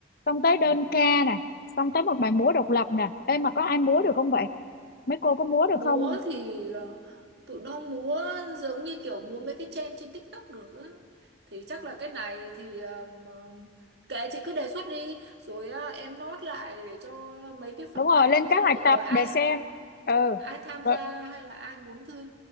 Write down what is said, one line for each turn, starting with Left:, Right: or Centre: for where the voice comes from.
Left: xong tới đơn
Right: Ừ.
Left: ca nè xong tới một bài múa độc lập nè em mà có ai múa
Right: Ừ.
Left: được không vậy mấy cô có múa được
Right: múa
Left: không
Right: thì ờ, tụi nó múa giống như kiểu múa mấy cái trend trên TikTok được á thì chắc là cái này thì ờm, ờm, kệ chị cứ đề xuất đi rồi ờ, em nốt lại để cho mấy cái phòng
Left: đúng rồi
Right: ban
Left: lên
Right: kia
Left: kế
Right: lựa
Left: hoạch tập
Right: ai
Left: để xem ừ
Right: ai tham
Left: rồi
Right: gia hay là ai muốn thư